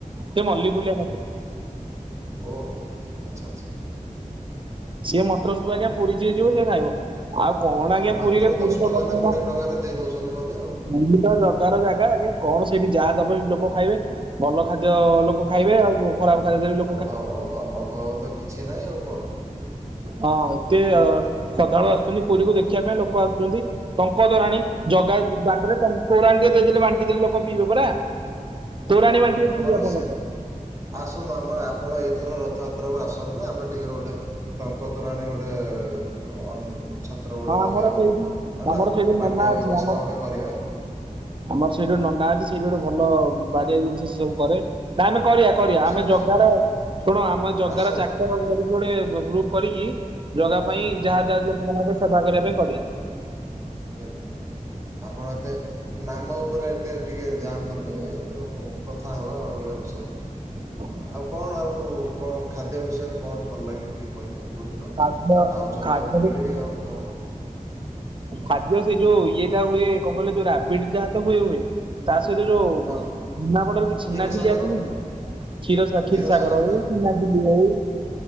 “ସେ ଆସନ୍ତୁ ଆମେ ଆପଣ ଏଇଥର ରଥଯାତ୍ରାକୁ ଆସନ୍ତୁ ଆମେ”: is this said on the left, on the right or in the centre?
Right